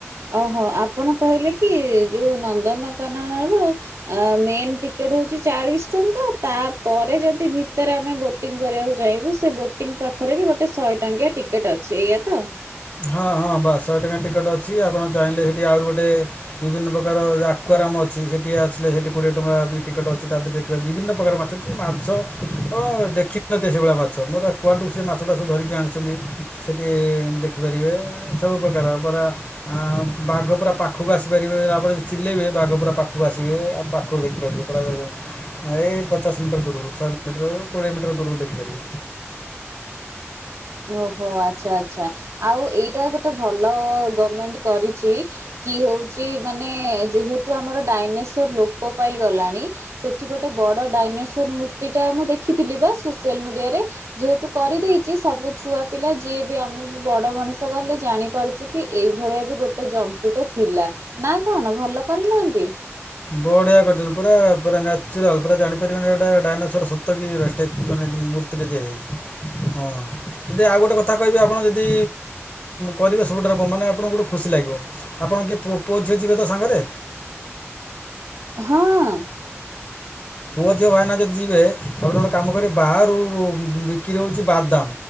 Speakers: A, on the right; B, on the left.
A: ଓହୋ ଆପଣ କହିଲେ କି ଯୋଉ ନନ୍ଦନକାନନ ର ମେନ୍ ଟିକେ ଚାଳିଶ ଟଙ୍କା ତାପରେ ଯଦି ଭିତରେ ଆମେ ବୋଟିଂ କରିବାକୁ ଚାହିଁବୁ ସେ ବୋଟିଂ ପାଖରେ ବି ଗୋଟେ ଶହେ ଟଙ୍କିଆ ଟିକେଟ ଅଛି ଏଇଆ ତ!
B: ହଁ ହଁ ବଶହ ଟଙ୍କା ଟିକେଟ୍ ଅଛି ଆପଣ ଚାହିଁଲେ, ସେଇଠି ଆରି ଗୋଟେ ବିଭିନ୍ନ ପ୍ରକାର ଆକୁଆର ଅଛି, ସେଠି ଆସିଲେ ସେଠି କୋଡିଏ ଟଙ୍କା ଟିକେଟ ଅଛି, ବିଭିନ୍ନ ପ୍ରକାର ମାଛ କି ମାଛ ହଁ ଦେଖିନିନ ସେଇଭଳିଆ ମାଛ ମୋର କୁଆଠୁ ସେ ମାଛଟାସ ଧରିକି ଆଣିଛନ୍ତି ସେଠି ଦେଖିପାରିବେ ସବୁପ୍ରକାର ପୁରରା ବାଘ ପୁରା ପାଖକୁ ଆସିପାରିବେ ଆପଣଦି ଚିଲେଇବେ- ପୁର ଆଗ ପୁରା ପାଖକୁ ଆସିବେ ଆଉ ପାଖକୁ ଦେଖିପାରିବେ ପୁରା ଦେ ଏଇ ପଚାଶ ମିଟର ଦୂରରୁ ଶହେ ମିଟର କୋଡିଏ ମିଟର ଦୂରରୁ ଦେଖିପାରିବ
A: <inaudible> ଓହୋ ଆଚ୍ଛା ଆଚ୍ଛା ଆଉ ଏଇଟା ଗୋଟେ ଭଲ ଗଭର୍ଣମେଣ୍ଟ କରିଛି କି? ହଉଛି ମାନେ ଯେେତୁ ଆମର ଡାଇନର ଲୋ ପାଇଁ ଗଲାଣି ସେଠି ଗୋଟେ ବ ଡାଇର ମୂତି ଟା ମୁଁ ଦେଖିଥିଲି ବା ସୋସିଆଲ ମିଡିରେ ଯେତୁ କରିଦେଇଛି ସବୁ ଛୁଆ ପିଲା ଯିଏ ବି ଆମେ ବି ବଡ଼ ମଣିଷ ଗଲେ ଜାଣିପାରୁଛୁ କି ଏଇଭଳିଆ ବି ଗୋଟେ ଜନ୍ତୁଟେ ଥିଲା ନା କଣ ଭଲ କରିନାହାନ୍ତି?
B: ବଢିଆ କରିଛନ୍ତି ପୁର ପା ନ୍ୟାଚୁରାଲ ପୁରା ଜାଣିପାରିବେନିଟ ଡାଇନସର ସତ କିନେ ମୂର୍ତ୍ତିରେ ଯତିଆଛି। ହଁ ଯଦି ଆଉ ଗୋଟେ କଥା କହିବେ ଆପଣ ଯଦି କରିବେ ସବୁଠା ରୋକ ମାନେ ଆପଣଙ୍କୁ ଗୋଟେ ଖୁସି ଲାଗ ଲିବ ଆପଣ କିଏ ପୁଅଝିଅ ଯିବେ ତ ସାଙ୍ଗରେ
A: ହଁ।
B: ପୁଅ ଝିଅ ଭାଇନା ଯଦି ଯିବେ ଆପଣ ଗୋଟେ କାମ କରିବେ ବାହାରୁ ବିକ୍ରି ହେଉଛି ବାଦ୍ ଦାମ